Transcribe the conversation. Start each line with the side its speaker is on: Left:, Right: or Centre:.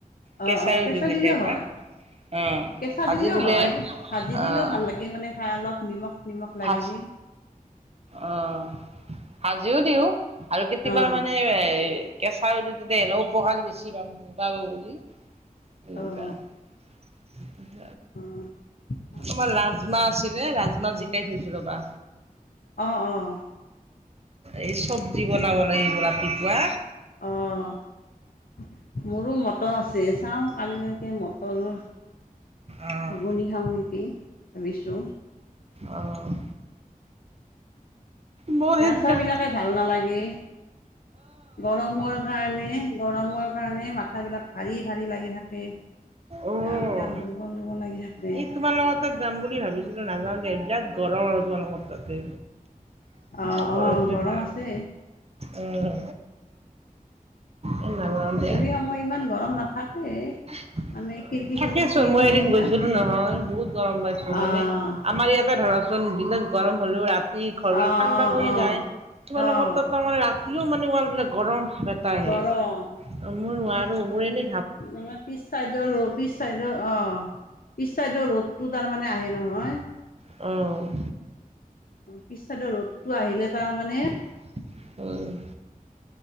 Right: কেঁচাইও
Left: অঁ অঁ কেঁচা
Right: দিও কেতিয়াবা।
Left: দিলেও হয়
Right: অ',
Left: কেঁচা
Right: ভাজি
Left: দিলেও
Right: দিলে
Left: হয়, ভাজি
Right: অ',
Left: দিলেও ভাল লাগে মানে খাই অলপ নিমখ নিমখ লাগে
Right: ভাজ
Left: যি।
Right: অ', ভাজিও দিওঁ। আৰু কেতিয়াবা
Left: অঁ
Right: মানে এই কেঁচাও যদি দিয়ে তেতিয়া হ'লে উপকাৰ বেছি পাম পাও বুলি এনেকা।
Left: অঁ
Right: <unintelligible>
Left: অঁ ভাল
Right: আমাৰ
Left: লাগে
Right: ৰাজমাহ আছিলে, ৰাজমাহ জিকাই থৈছো ৰ'বা।
Left: অ', অ'।
Right: এই চব্জি বনাব লাগিব ৰাতিপুৱা।
Left: অহ, মোৰো মটৰ আছে চাওঁ কালিলৈকে মটৰ
Right: অ',
Left: ঘূগুনি খাওঁ নেকি, ভাবিছো।
Right: অ'। মই
Left: গা
Right: সেইদিনা
Left: চা বিলাকে ভাল নালাগে, গৰমৰ কাৰণে। গৰমৰ কাৰণেই মাঠা বিলাক ভাৰী ভাৰী লাগি থাকে।
Right: অ'।
Left: গা বিলাক দুৰ্বল দুৰ্বল লাগি থাকে।
Right: এই তোমালোকৰ তাত যাম বুলি ভাবিছিলো নাযাওঁ দে বিৰাট গৰম তোমালোকৰ তাতে।
Left: অ
Right: ঘৰতে
Left: অ গৰম
Right: ভাল,
Left: আছে।
Right: উম। এই নাযাওঁ
Left: গধূলি
Right: দিয়া।
Left: সময় ইমান গৰম নাথাকে।
Right: অ
Left: মানে খিৰিকি
Right: থাকেচোন
Left: চিৰকি খুলি
Right: মই
Left: থৈ
Right: এদিন
Left: দিওঁ
Right: গৈছিলো
Left: না
Right: নহয় বহুত গৰম পাইছো
Left: অঁ
Right: মানে আমাৰ ইয়াতে ধৰা চোন দিনত গৰম হ'লেও ৰাতি ঘৰবিলাক
Left: অঁ
Right: ঠাণ্ডা
Left: অঁ
Right: পৰি
Left: অঁ
Right: যায়, তোমালোকৰ
Left: অঁ
Right: তাত তাৰমানে ৰা তিয় মানে ৱালবিলাক গৰম ভাৱ এটা আহে,
Left: গৰম
Right: আহ মই নোৱাৰো মোৰ এনে
Left: মানে পিছ চাইডৰ ৰ পিছ চাইডৰ অ। পিছ চাইডৰ ৰ'দটো তাৰমানে আহে নহয়।
Right: অহ।
Left: অ পিছ চাইডৰ ৰ'দটো আহিলে তাৰ মানে
Right: হম।